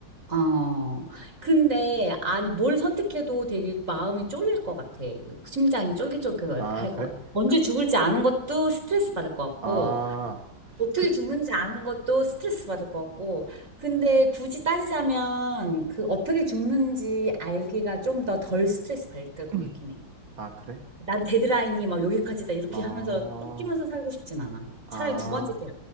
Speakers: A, on the right (about 40°); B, on the right (about 80°).
A: 어. 근데, 아니, 뭘 선택해도 되게 마음이 쫄릴 것 같아. 심장이 쫄깃쫄깃할
B: 아, 그래?
A: 것 같아. 언제 죽을지 아는 것도 스트레스 받을 것 같고,
B: 아,
A: 어떻게
B: 그,
A: 죽는지 아는 것도 스트레스 받을 것 같고, 근데 굳이 따지자면, 그 어떻게 죽는지 알기가 좀 더 덜 스트레스 받을 것
B: <clears throat>
A: 같긴 해.
B: 아, 그래?
A: 난 데드라인이 막 여기까지다 이렇게
B: 어,
A: 하면서 쫓기면서 살고 싶진 않아.
B: 아.
A: 차라리 두 번째 게.